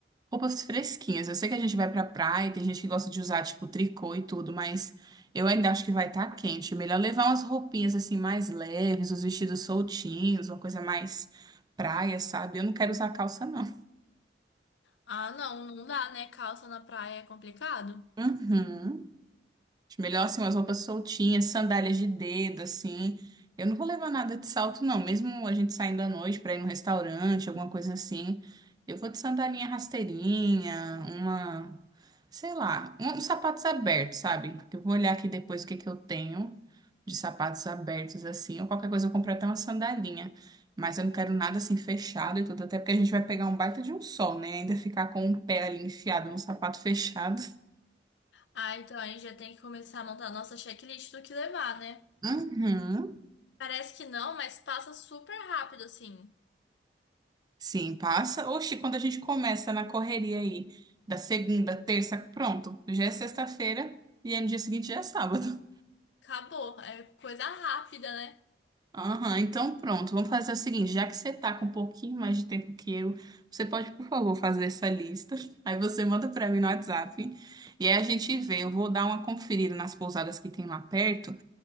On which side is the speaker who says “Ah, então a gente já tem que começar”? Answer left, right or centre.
Left